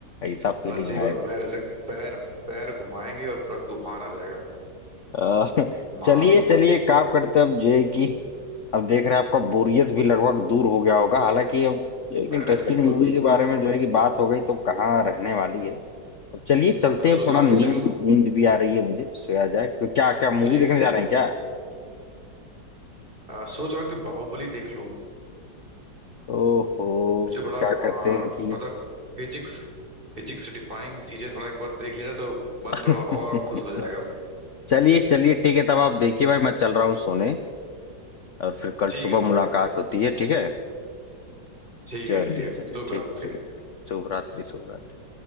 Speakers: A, on the left; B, on the right.
A: ऐसा फीलिंग
B: बस एक
A: आएगा
B: बार पैर ऐसे पैर पैर घुमाएंगे और पूरा तूफान आ जाएगा
A: अ,
B: मास
A: चलिए चलिए एक काम करते हैं अब जो है कि अब देख रहे हैं आपका बोरियत भी लगभग दूर हो गया होगा हालांकि अब ये एक
B: अरे
A: इंटरेस्टिंग
B: बिल्कुल
A: मूवी के बारे में जो है कि बात हो गई तो कहाँ रहने वाली है अब चलिए चलते
B: मैं तो सोच
A: हैं थोड़ा
B: रहा हूँ
A: नींद
B: कि चलूं
A: नींद भी आ रही है मुझे सोया जाए तो क्या क्या मूवी
B: ठीक
A: देखने जा रहे हैं क्या
B: अ, सोच रहा हूँ कि बाहुबली देख लूं
A: ओहो
B: मुझे बड़ा
A: क्या कहते
B: हाँ,
A: हैं कि
B: थोड़ा सा फिजिक्स फिजिक्स से डिफाइंग चीजें थोड़ा एक बार देख लिया जाए तो मन
A: <laughs>
B: थोड़ा और खुश हो जाएगा
A: चलिए चलिए ठीक है तब आप देखिए भाई मैं चल रहा हूँ सोने और फिर कल
B: ठीक
A: सुबह
B: है ठीक
A: मुलाकात होती है ठीक है
B: ठीक
A: चलिए
B: है ठीक है
A: चलिए
B: शुभ
A: ठीक
B: रात्रि
A: है ठीक है शुभ रात्रि शुभ रात्रि